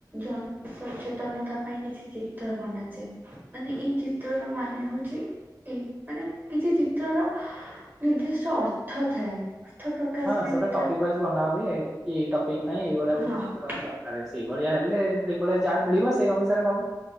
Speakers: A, on the right; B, in the centre.
A: ଜନ ସଚେତନତା ପାଇଁ କିଛି ଚିତ୍ର ବନାଯାଏ ମାନେ ଏଇ ଚିତ୍ରର ମାନେ ହଉଚି ଏଇ ମାନେ କିଛି ଚି ଚିତ୍ରର ନିର୍ଦ୍ଦିଷ୍ଟ ଅର୍ଥ ଥାଏ। ଅର୍ଥ ପ୍ରକାଶ
B: ହଁ
A: ପାଇଁ
B: ସେଉରା ଟପିକ
A: ତା
B: ୱାଇଜ୍ ବନା ହୁଏ <unintelligible> ଏଇ ଟ ପିକ୍ ପାଇଁ ଏଇ ଭଳିଆ ଗୋଟେ
A: ହଁ ଆ
B: ଚିତ୍ର ମତେ ଦରକାର ଅଛି। ଭଳିଆ ହେଲେ ସେଇ ଭଳିଆ ଯାହା ମିଳିବ ସେଇ ଅନୁ ସାରେ ବନ